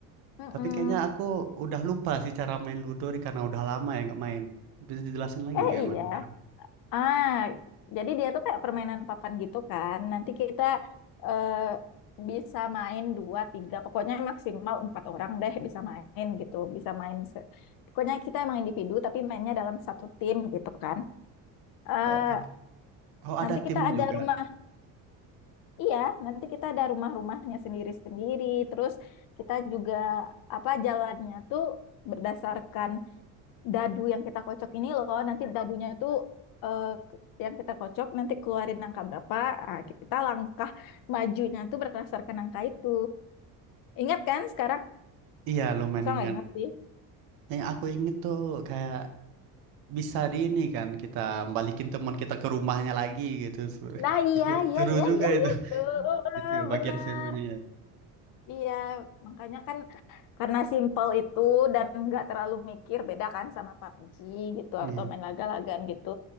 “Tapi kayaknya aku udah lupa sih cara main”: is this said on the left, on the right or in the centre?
Right